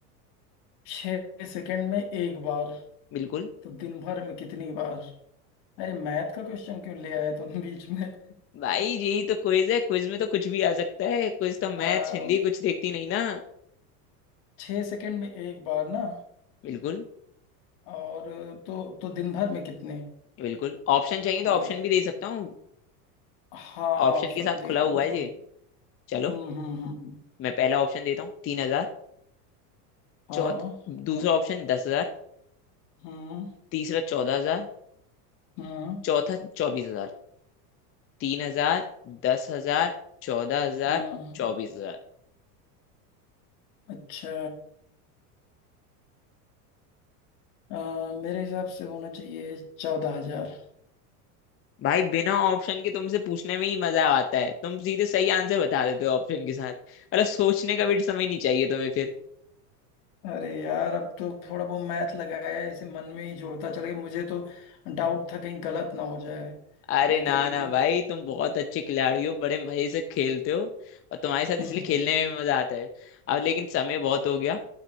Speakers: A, on the left; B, on the left.
A: छह सेकंड में एक बार
B: बिल्कुल
A: तो दिन भर में कितनी बार अरे मैथ का क्वेश्चन क्यों ले आए तुम बीच में
B: भाई यही तो क्विज है क्विज में तो कुछ भी आ सकता है क्विज तो
A: आ,
B: मैथ्स हिंदी कुछ देखती नहीं ना
A: छह सेकंड में एक बार ना
B: बिल्कुल
A: और तो तो दिन भर में कितने
B: बिल्कुल ऑप्शन चाहिए तो ऑप्शन
A: आ,
B: भी दे सकता हूँ
A: हाँ
B: ऑप्शन
A: ऑप्शन
B: के साथ
A: दे
B: खुला
A: दो
B: हुआ है
A: थोड़ा
B: ये चलो
A: हम्म हम्म हम्म
B: मैं पहला ऑप्शन देता हूँ तीन हजार
A: हाँ
B: चौथ दूसरा
A: और-
B: ऑप्शन दस हजार
A: हम्म
B: तीसरा चौदह हजार
A: हम्म
B: चौथा चौबीस हजार तीन हजार दस हजार चौदह हजार
A: हम्म
B: चौबीस हजार
A: अच्छा आ, मेरे हिसाब से होना चाहिए चौदह हजार
B: भाई बिना ऑप्शन के तुमसे पूछने में ही मजा आता है तुम सीधे सही आंसर बता देते हो ऑप्शन के साथ मतलब सोचने का भी समय नहीं चाहिए तुम्हें फिर
A: अरे यार अब तो थोड़ा बहुत मैथ लगाया है, ऐसे मन में ही जोड़ता चला गया मुझे तो डाउट था कहीं गलत ना हो जाए
B: अरे
A: लेकिन
B: ना ना भाई तुम बहुत अच्छे खिलाड़ी हो बड़े मजे से खेलते हो और तुम्हारे
A: <laughs>
B: साथ इसलिए खेलने में भी मजा आता है अब लेकिन समय बहुत हो गया